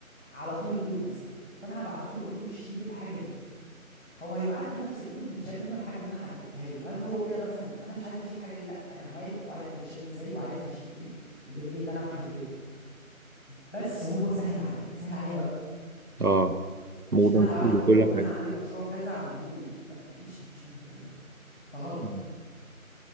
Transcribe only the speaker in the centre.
على طول الكود مثلا فانا هبعته له اقول له شيل الحاجه دي هو هيبعت لي نفس الكود متشال منه الحاجه اللي انا حددتها له هل هو كده مثلا انا مش عارف اشيل الحاجه دي لا انا عارف وعارف تتشال ازاي وعارف هشيل ايه بدليل ان انا محدد له. بس هو سهل عليا سهل عليا وقت
مش
ان انا هبعت له
اقول له والله
انا عندي مشروع كذا اعمله لي لا مفيش مفيش منه الكلام ده ده غلط